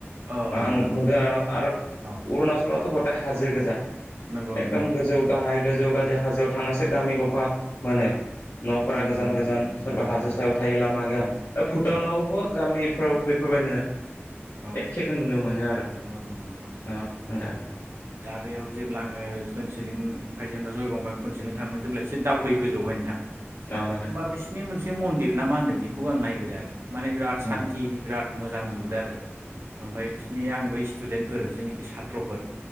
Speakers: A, on the right; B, on the left.
A: औ
B: आं
A: नोंथां
B: नुदों आरो आरो
A: औ
B: उरणाचलावथ' हाजो गोजा
A: नंगौ
B: एकदम
A: नंगौ नोंथां
B: गोजौ
A: नंगौ
B: गाहाय गोजौ गाजौ हाजो गोजौआव थांनासो गामि गफा मोनो। न'फोरा
A: नंगौ
B: गोजान
A: नंगौ
B: गोजान
A: नोंथां
B: सोरबा
A: नंगौ
B: हाजो सायाव
A: नंगौ
B: थायो लामा गैया
A: नंगौ
B: भुटानावबो
A: नंगौ
B: गामिफोराव बेफोरबायदिनो
A: औ
B: एखेखौ नुनो मोनो आरो
A: नंगौ नंगौ नोंथां।
B: अ नोंथां
A: औ दा बेयाव जेब्ला आङो कन्सिलिं ओमफ्राय जेनबा जयगंब फनसेल थांनो जेब्ला एसे दावखोयो गोजौआवहाय नोंथां।
B: अ नोंथां
A: होमबा बिसिनि मोनसे म लिर ना मा होनो बि खौ आं नायबोदों आरो माने बिराद
B: अ
A: सान्थि बिराद मोजां नुबोदो आरो। ओमफाय बिसिनि आं बै स्टुदेन्टफोर जेनिखि सात्र'फोर